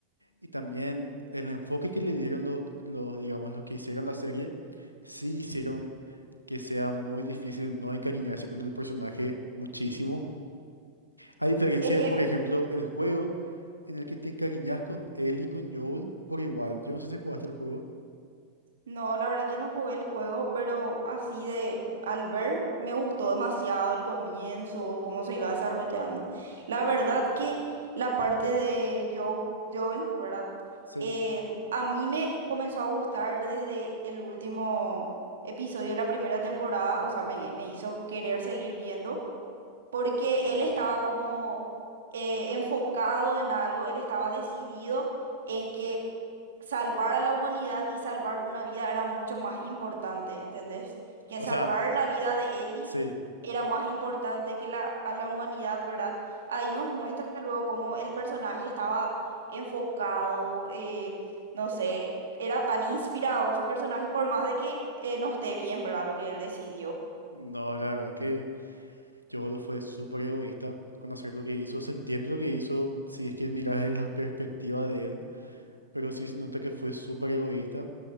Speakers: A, on the left; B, on the right.
A: y también el enfoque que le dieron los, los, digamos, los que hicieron la serie, sí hicieron que sea muy difícil no encariñarse con el personaje muchísimo. A diferencia
B: es
A: de,
B: que
A: por ejemplo, el juego. en el que te encariñas con él y con Joel por igual. Yo no sé si jugaste el juego.
B: No, la verdad que no jugué el juego, pero así de al ver me gustó demasiado el comienzo, cómo se iba desarrollando. La verdad que la parte de Joe, Joel, ¿verdad?
A: Sí.
B: Eh, a mí me comenzó a gustar desde el último episodio de la primera temporada, o sea, me, me hizo querer seguir viendo porque él estaba como eh, enfocado en algo, él estaba decidido en que salvar a la humanidad y salvar una vida era mucho más importante, ¿entendés? Que
A: O
B: salvar
A: sea,
B: la vida de Ellie
A: sí.
B: era más importante que la, a la humanidad, ¿verdad? Ahí nos muestra luego cómo el personaje estaba enfocado, eh, no sé, era tan inspirador su personaje, por más de que eh, no esté bien, ¿verdad? Lo que él decidió.
A: No, la verdad que Joel fue súper egoísta con hacer lo que hizo. Se entiende lo que hizo si es que miras desde la perspectiva de él, pero sí se nota que fue súper egoísta.